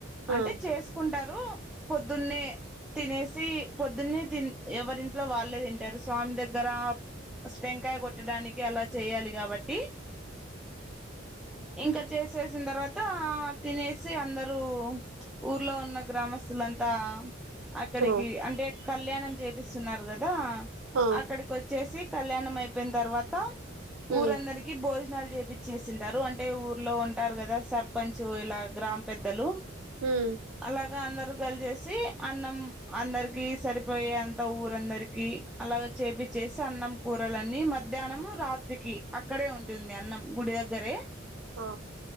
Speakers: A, in the centre; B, on the right.
A: అంటే
B: ఆ
A: చేసుకుంటారు పొద్దున్నే తినేసి పొద్దున్నే తి ఎవరింట్లో వాళ్ళే తింటారు స్వామి దగ్గర టెంకాయ కొట్టడానికి అలా చేయాలి కాబట్టి ఇంకా చేసేసిన తర్వాత తినేసి అందరూ ఊర్లో ఉన్న గ్రామస్ స్తులంత అక్కడికి
B: ఆ
A: అంటే కళ్యాణం చేపిస్తున్నారు కదా
B: ఆ
A: అక్కడికి వచ్చేసి కళ్యాణం అయిపోయిన తర్వాత
B: ఉమ్
A: ఊరందరికి భోజనాలు చేపి చేసింటారు అంటే ఊర్లో ఉంటారు కదా సర్పంచ్ ఇలా గ్రామ పెద్దలు
B: ఉమ్
A: అలాగా అందరు లలి చేసి అన్నం అందరికి సరిపోయే అంత ఊరందరికి అలాగ చేపి చేసి అన్నం కూరలన్నీ మధ్యాహ్నం రాత్రికి అక్కడే ఉంటుంది అన్నం గుడి దగ్గరే
B: ఆ